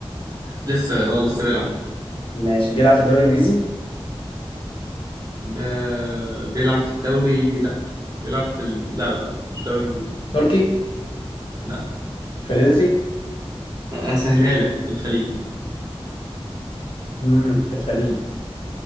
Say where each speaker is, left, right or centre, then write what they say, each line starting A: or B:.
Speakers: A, on the right; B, on the left.
A: لسه اه لسه بيلعب
B: ماشي بيلعب في الدوري الانجليزي
A: ب... بيلعب في الدوري لا بيلعب في ال... لا لا لا مش دوري انجليزي
B: تركي
A: لا
B: فرنسي
A: اسهلها لك في الخليج
B: امم في الخليج